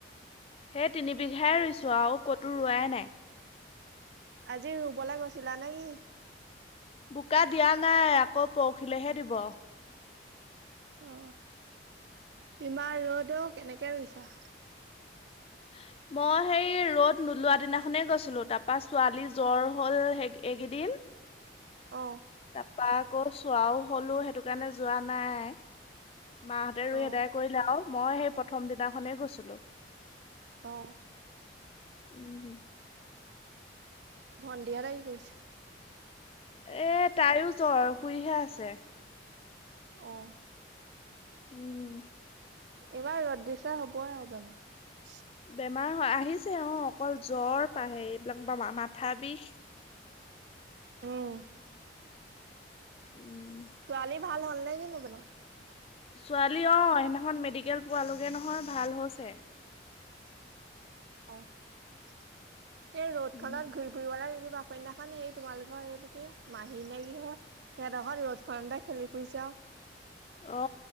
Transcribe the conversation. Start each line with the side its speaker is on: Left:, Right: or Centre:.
Left: সেই তিনি বিঘাই ৰুইছো আৰু কতো ৰোৱাই নাই।
Right: আজি ৰুবলৈ গৈছিলা নে কি?
Left: বোকা দিয়া নাই আকৌ পৰখিলেহে দিব।
Right: অ ইমান ৰ'দও কেনেকে ৰুইছা?
Left: <unintelligible> মই সেই ৰ'দ নোলোৱা দিনাখনে গৈছিলো তাপা ছোৱালী জ্বৰ হ'ল সেই এইকেইদিন
Right: অ
Left: তাপা আকৌ চোৱাও হলো সেইটো কাৰণে যোৱা নাই। মাহঁতে ৰুই
Right: অ
Left: এদাই কৰিলে আও মই সেই প্ৰথম দিনাখনেই গৈছিলো।
Right: অ
Left: উম
Right: ভন্টিহতে কি কৰিছে?
Left: এ তাইও জ্বৰ শুইহে আছে।
Right: অ
Left: উম
Right: এইবাৰ ৰ'দ দিছা হ'বই আও বেমাৰ।
Left: বেমাৰ হয় আহিছে অঁ অকল জ্বৰ পাহে এইবিলাক বা মাথা বিষ।
Right: উম
Left: উম
Right: ছোৱালী ভাল হ'ল নে কি আপোনাৰ?
Left: ছোৱালী অঁ সেইদিনাখন মেডিকেল পোৱালোগে নহয় ভাল হৈছে।
Right: অঁ এই ৰ'দখনত
Left: উম,
Right: ঘূৰি ফুৰিব লে। বা কইন্যাখন হেৰি তোমালোকৰ এই কি মাহী নে কি হয়? সেই ৰ'দ খনতে খেলি ফুৰিছে আওঁ।
Left: অ